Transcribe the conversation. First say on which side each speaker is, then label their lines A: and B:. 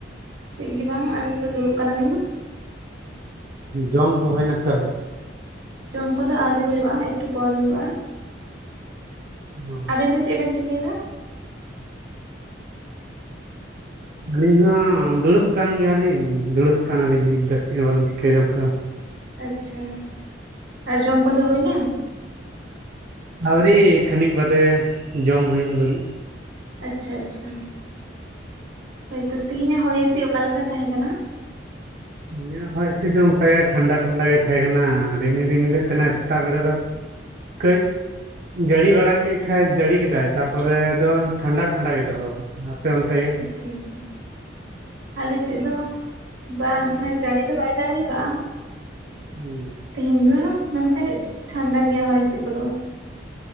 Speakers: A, on the right; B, on the right.
A: ᱪᱮᱫ ᱜᱮ ᱵᱟᱝ ᱟᱹᱞᱤᱧ ᱫᱚ ᱫᱩᱲᱩᱵ ᱠᱟᱱᱟᱞᱤᱧ
B: ᱡᱚᱢ ᱠᱚ ᱦᱩᱭᱱᱟ ᱥᱮ ᱟᱹᱶᱨᱤ
A: ᱡᱚᱢ ᱠᱚᱫᱚ ᱟᱹᱣᱨᱤ ᱦᱩᱭᱩᱜ-ᱟ ᱮᱠᱴᱩ ᱯᱚᱨ ᱦᱩᱭᱩᱜ-ᱟ
B: ᱚ
A: ᱟᱵᱮᱱ ᱫᱚ ᱪᱮᱫ ᱵᱮᱱ ᱪᱤᱠᱟᱹᱭᱮᱫᱟ
B: ᱟᱹᱞᱤᱧ ᱦᱚᱸ ᱫᱩᱲᱩᱵ ᱠᱟᱱ ᱜᱮᱭᱟᱞᱤᱧ ᱫᱩᱲᱩᱵ ᱠᱟᱱᱟᱞᱤᱧ ᱱᱤᱛ ᱫᱚ ᱪᱮᱫ ᱦᱚᱸ ᱵᱟᱞᱤᱧ ᱪᱤᱠᱟᱹᱭᱮᱫᱟ ᱚᱱᱠᱟ
A: ᱟᱪᱪᱷᱟ ᱟᱨ ᱡᱚᱢ ᱠᱚᱫᱚ ᱦᱩᱭ ᱮᱱᱟ
B: ᱟᱹᱣᱨᱤ ᱠᱷᱟᱹᱱᱤᱠ ᱵᱟᱫᱮ ᱡᱚᱢ ᱦᱩᱭᱩᱜ ᱞᱟᱹᱜᱤᱫ
A: ᱟᱪᱪᱷᱟ ᱟᱪᱪᱷᱟ ᱦᱳᱭᱛᱚ ᱛᱤᱦᱤᱧᱟᱜ ᱦᱚᱭ ᱦᱸᱤᱥᱤᱫ ᱚᱠᱟ ᱞᱮᱠᱟ ᱛᱟᱦᱮᱸ ᱠᱟᱱᱟ
B: ᱤᱧᱟᱹᱜ ᱦᱚᱭ ᱦᱤᱸᱥᱤᱫ ᱫᱚ ᱚᱱᱠᱟ ᱴᱷᱟᱱᱰᱟ ᱴᱷᱟᱱᱰᱟ ᱜᱮ ᱛᱟᱦᱮᱸ ᱠᱟᱱᱟ ᱨᱤᱢᱤᱞ ᱨᱤᱢᱤᱞ ᱛᱟᱦᱮᱱᱟ ᱥᱮᱛᱟᱜ ᱵᱮᱲᱟ ᱫᱚ ᱠᱟᱹᱡ ᱡᱟᱹᱲᱤ ᱵᱟᱲᱟ ᱠᱮᱫ ᱠᱷᱟᱱ ᱡᱟᱹᱲᱤ ᱠᱮᱫᱟᱭ ᱛᱟᱯᱚᱨᱮ ᱫᱚ ᱴᱷᱟᱱᱰᱟ ᱴᱷᱟᱱᱰᱟ ᱜᱮᱭ ᱫᱚᱦᱚ ᱟᱠᱟᱫᱟ ᱱᱟᱯᱮ ᱚᱱᱛᱮ ᱜᱮ
A: ᱟᱪᱪᱷᱟ ᱟᱪᱪᱷᱟ ᱟᱞᱮᱥᱮᱫ ᱫᱚ ᱵᱟᱝ ᱢᱟᱱᱮ ᱡᱟᱹᱲᱤ ᱫᱚ ᱵᱟᱭ ᱡᱟᱲᱤ ᱟᱠᱟᱫᱟᱼᱟ
B: ᱦᱩᱸ
A: ᱛᱮᱦᱮᱧ ᱫᱚ ᱢᱮᱱᱠᱷᱟᱡ ᱴᱷᱟᱱᱰᱟ ᱜᱮᱭᱟ ᱦᱚᱭ ᱦᱤᱥᱤᱫ ᱠᱚᱫᱚ